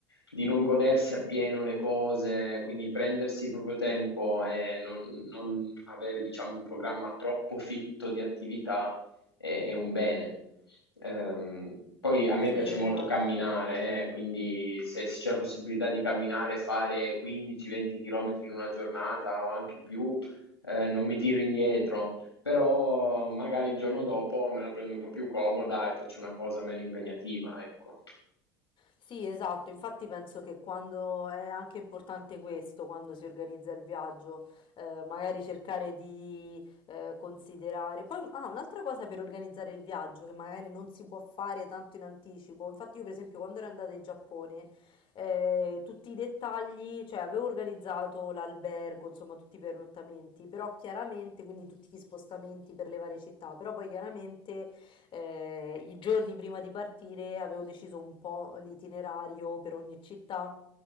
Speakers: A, on the left; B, on the left.
A: di non godersi appieno le cose, quindi prendersi il proprio tempo e non, non avere, diciamo, un programma troppo fitto di attività è, è un bene. Ehm, poi a me
B: Sì,
A: piace
B: esatto.
A: molto camminare, eh, quindi se, se c'è la possibilità di camminare, fare 15-20 km in una giornata o anche più, eh, non mi tiro indietro, però magari il giorno dopo me la prendo un po' più comoda e faccio una cosa meno impegnativa, ecco.
B: Sì, esatto, infatti penso che quando è anche importante questo, quando si organizza il viaggio, eh, magari cercare di eh, considerare. Poi, ah, un'altra cosa per organizzare il viaggio che magari non si può fare tanto in anticipo. Infatti, io per esempio quando ero andata in Giappone, eh, tutti i dettagli, cioè avevo organizzato l'albergo, insomma tutti i pernottamenti, però chiaramente, quindi tutti gli spostamenti per le varie città, però poi chiaramente eh, i giorni prima di partire avevo deciso un po' l'itinerario per ogni città